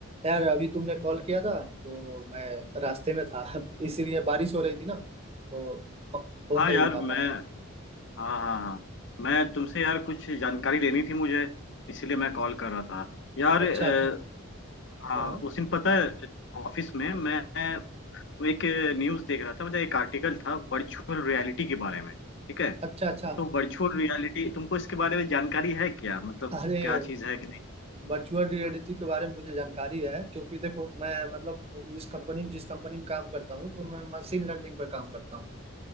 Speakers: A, on the right; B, on the left.
A: यार अभी तुमने कॉल किया था तो मैं रास्ते में था <laughs> इसीलिए बारिश हो रही थी ना तो फोन
B: हाँ
A: नहीं
B: यार
A: उठा
B: मैं
A: पाया
B: हाँ हाँ हाँ मैं तुमसे यार कुछ जानकारी लेनी थी मुझे इसीलिए मैं कॉल कर रहा था यार
A: अच्छा
B: अ,
A: अच्छा
B: हाँ
A: हाँ
B: उस दिन पता है ऑफिस में मैं एक न्यूज़ देख रहा था मतलब एक आर्टिकल था वर्चुअल रियलिटी के बारे में ठीक है
A: अच्छा अच्छा
B: तो वर्चुअल रियलिटी तुमको इसके बारे में जानकारी है क्या मतलब
A: अरे
B: क्या चीज़ है कि नहीं
A: वर्चुअल रियलिटी
B: हाँ?
A: के बारे में मुझे जानकारी है क्योंकि देखो मैं मतलब इस कंपनी में जिस कंपनी में काम करता हूँ तो मैं मशीन लर्निंग पर काम करता हूँ